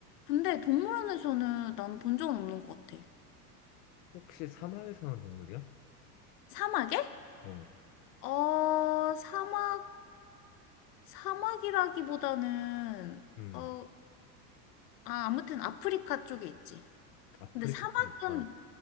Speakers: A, on the left; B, on the left.
A: 근데 동물원에서는 나는 본 적은 없는 것 같아.
B: 혹시 사막에 사는 동물이야?
A: 사막에?
B: 어,
A: 어, 사막, 사막이라기보다는,
B: 음,
A: 어, 아, 아무튼 아프리카 쪽에 있지.
B: 아프리카
A: 근데 사막은,
B: 쪽에 있다.